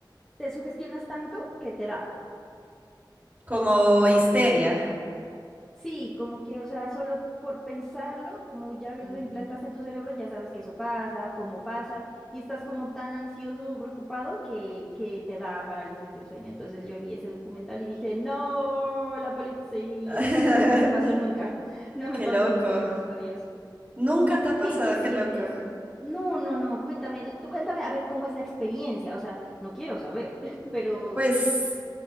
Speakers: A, in the centre; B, on the right (about 20°).
A: te sugestionas tanto que te da.
B: Como histeria.
A: Sí, como que, o sea, solo por pensarlo, como ya lo
B: Mm.
A: implantas en tu cerebro, ya sabes que eso pasa, cómo pasa, y estás como tan ansioso o preocupado que, que te da parálisis del sueño. Entonces yo vi ese documental y dije, no, la policía,
B: <laughs>
A: pero no me pasó nunca, <laughs> no me
B: Qué
A: pasó
B: loco.
A: nunca, gracias a Dios.
B: Nunca
A: ¿Y tú
B: te ha pasado,
A: qué, qué sientes?
B: qué loco.
A: No, no, no, cuéntame, tú cuéntame a ver cómo es la experiencia, o sea, no quiero saber, <laughs> pero...
B: Pues,